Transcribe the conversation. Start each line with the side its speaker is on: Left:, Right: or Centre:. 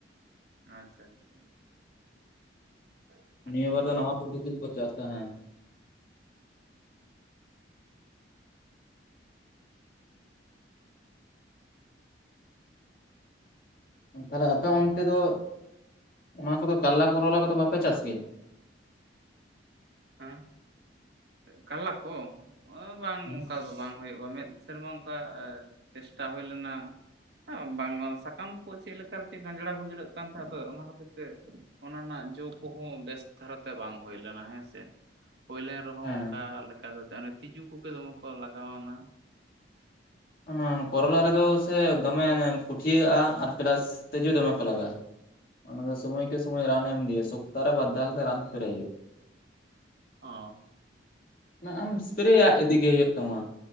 Right: ᱟᱪᱪᱷᱟ ᱟᱪᱪᱷᱟ ᱾ ᱦ <unintelligible>
Left: ᱱᱤᱭᱟᱹ ᱵᱟᱨ ᱫᱚ ᱱᱟᱣᱟ ᱯᱩᱫᱫᱩ ᱛᱮᱠᱚ ᱪᱟᱥᱟ ᱦᱮᱸ, ᱛᱟᱦᱚᱞᱮ ᱟᱯᱮ ᱚᱱᱛᱮ ᱫᱚ ᱚᱱᱟ ᱠᱚᱫᱚ ᱠᱟᱨᱞᱟ ᱠᱚ ᱨᱚᱞᱟ ᱠᱚᱫᱚ ᱵᱟᱯᱮ ᱪᱟᱥ ᱜᱮᱭᱟ ᱾
Right: ᱦᱮᱸ ᱠᱟᱨᱞᱟ ᱠᱚ ᱚᱸᱻ ᱵᱟᱝ
Left: ᱦᱩᱸ
Right: ᱚᱱᱠᱟ ᱫᱚ ᱵᱟᱝ ᱦᱩᱭᱩᱜᱼᱟ ᱢᱮᱫ ᱥᱮᱨᱢᱟ ᱚᱱᱠᱟ ᱪᱮᱥᱴᱟ ᱦᱩᱭ ᱞᱮᱱᱟ ᱾ ᱵᱟᱝ ᱥᱟᱠᱟᱢ ᱠᱚ ᱪᱮᱫ ᱞᱮᱠᱟᱨᱮ ᱡᱮ ᱜᱟᱸᱡᱽᱲᱟ ᱜᱩᱸᱡᱲᱟᱹᱜ ᱠᱟᱱ ᱛᱟᱦᱮᱸᱫᱚᱜ ᱚᱱᱟ ᱦᱚᱛᱮ ᱛᱮ, ᱚᱱᱟ ᱨᱮᱱᱟᱜ ᱡᱚ ᱠᱚᱦᱚᱸ ᱵᱮᱥ ᱫᱷᱟᱨᱟ ᱛᱮ ᱵᱟᱝ ᱦᱩᱭ ᱞᱮᱱᱟ ᱦᱮᱸ ᱥᱮ ᱾ ᱦᱩᱭ ᱞᱮᱱ ᱨᱮᱦᱚᱸ
Left: ᱦᱮᱸ
Right: ᱚᱱᱠᱟ ᱞᱮᱠᱟ ᱫᱚ ᱚᱱᱮ ᱛᱤᱡᱩ ᱠᱚᱜᱮ ᱫᱚᱢᱮ ᱠᱚ ᱞᱟᱜᱟᱣᱮᱱᱟ ᱾
Left: ᱚᱱᱟ ᱠᱚᱨᱚᱞᱟ ᱨᱮᱫᱚ ᱥᱮ ᱫᱚᱢᱮ ᱠᱩᱴᱷᱤᱭᱟᱹᱜᱼᱟ ᱟᱨ ᱯᱮᱞᱟᱥ ᱛᱤᱡᱩ ᱫᱚᱢᱮ ᱠᱚ ᱞᱟᱜᱟᱜᱼᱟ ᱾ ᱚᱱᱟ ᱫᱚ ᱥᱚᱢᱚᱭ ᱠᱮ ᱥᱚᱢᱚᱭ ᱨᱟᱱ ᱮᱢ ᱤᱫᱤ ᱥᱚᱠᱛᱟ ᱨᱮ ᱵᱟᱨᱫᱷᱟᱣ ᱠᱟᱛᱮ ᱨᱟᱱ ᱮᱥᱯᱮᱨᱮ ᱦᱩᱭᱩᱜ-ᱟ ᱾
Right: ᱦᱚᱸᱻ
Left: ᱟᱢ ᱮᱥᱯᱨᱮᱭᱟᱜ ᱤᱫᱤᱜᱮ ᱦᱩᱭᱩᱜ ᱛᱟᱢᱟ